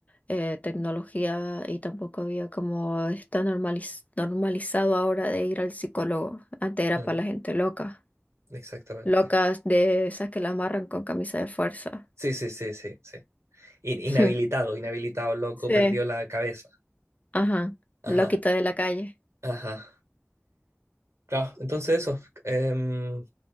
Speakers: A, on the left (about 30°); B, on the right (about 75°).
A: eh, tecnología y tampoco había como está normaliz- normalizado ahora de ir al psicólogo. Antes era
B: Mm,
A: para la gente loca,
B: exactamente.
A: locas de esas que la amarran con camisa de fuerza.
B: Sí, sí, sí, sí, sí. In- inhabilitado,
A: <laughs>
B: inhabilitado, loco,
A: Sí.
B: perdió la cabeza.
A: Ajá,
B: Ajá,
A: loquita de la calle.
B: ajá. Claro, entonces eso, em,